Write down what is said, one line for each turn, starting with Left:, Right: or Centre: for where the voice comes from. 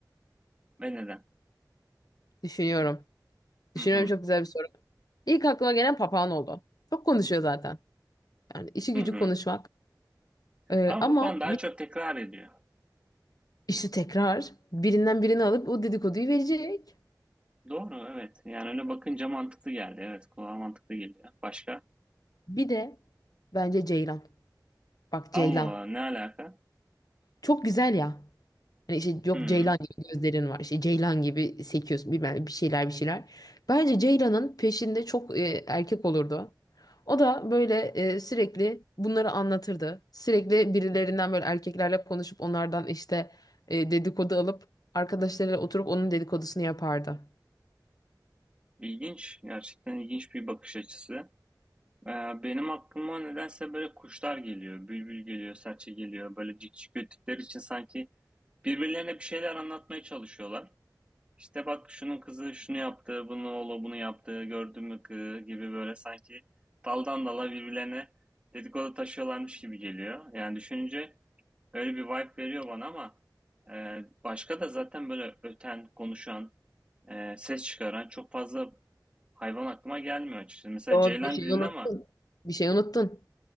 Right: Ve neden?
Left: Düşünüyorum. Düşünüyorum
Right: Hı hı.
Left: çok güzel bir soru. İlk aklıma gelen papağan oldu. Çok konuşuyor zaten. Yani işi gücü
Right: Hı hı.
Left: konuşmak. Ee,
Right: Ama
Left: ama
Right: Papağan daha
Left: bir,
Right: çok tekrar ediyor.
Left: işte tekrar birinden birini alıp o dedikoduyu verecek.
Right: Doğru, evet. Yani öyle bakınca mantıklı geldi. Evet, kulağa mantıklı geliyor. Başka?
Left: Bir de bence Ceylan. Bak Ceylan.
Right: Allah, ne alaka?
Left: Çok güzel ya. Hani işte yok
Right: Hmm,
Left: Ceylan gibi gözlerin var. işte Ceylan gibi sekiyorsun bilmem ne, bir şeyler bir şeyler. Bence Ceylan'ın peşinde çok e, erkek olurdu. O da böyle e, sürekli bunları anlatırdı. Sürekli birilerinden böyle erkeklerle konuşup onlardan işte e, dedikodu alıp arkadaşlarıyla oturup onun dedikodusunu yapardı.
Right: ilginç. Gerçekten ilginç bir bakış açısı. Ee, benim aklıma nedense böyle kuşlar geliyor. Bülbül geliyor, serçe geliyor. Böyle cikcik öttükleri için sanki birbirlerine bir şeyler anlatmaya çalışıyorlar. İşte bak şunun kızı şunu yaptı, bunu oğlu bunu yaptı, gördün mü kı gibi böyle sanki daldan dala birbirlerine dedikodu taşıyorlarmış gibi geliyor. Yani düşününce öyle bir vibe veriyor bana ama e, başka da zaten böyle öten, konuşan, e, ses çıkaran çok fazla hayvan aklıma gelmiyor açıkçası. Mesela
Left: Yo,
Right: Ceylan
Left: bir şey
Right: dedin
Left: unuttun.
Right: ama
Left: Bir şey unuttun.